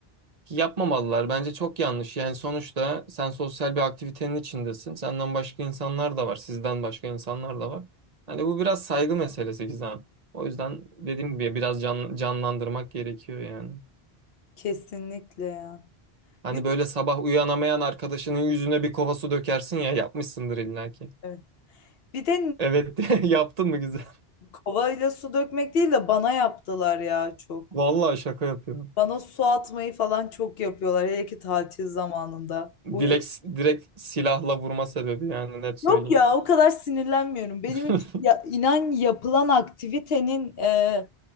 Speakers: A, on the right (about 45°); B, on the left (about 70°).
A: Yapmamalılar. Bence çok yanlış. Yani sonuçta sen sosyal bir aktivitenin içindesin. Senden başka insanlar da var. Sizden başka insanlar da var. Hani bu biraz saygı meselesi Gizem. O yüzden dediğim gibi biraz can, canlandırmak gerekiyor yani.
B: Kesinlikle ya.
A: Hani
B: Bir de,
A: böyle sabah uyanamayan arkadaşının yüzüne bir kova su dökersin ya yapmışsındır illa ki.
B: evet. Bir de
A: Evet <laughs> yaptın mı Gizem?
B: Kovayla su dökmek değil de bana yaptılar ya çok.
A: Vallahi şaka yapıyorum.
B: Bana su atmayı falan çok yapıyorlar. Hele ki tatil zamanında. uyurken.
A: Dilek, direkt silahla vurma sebebi yani net
B: Yok
A: söyleyeyim.
B: ya o kadar sinirlenmiyorum. Benim
A: <laughs>
B: için ya, inan yapılan aktivitenin e,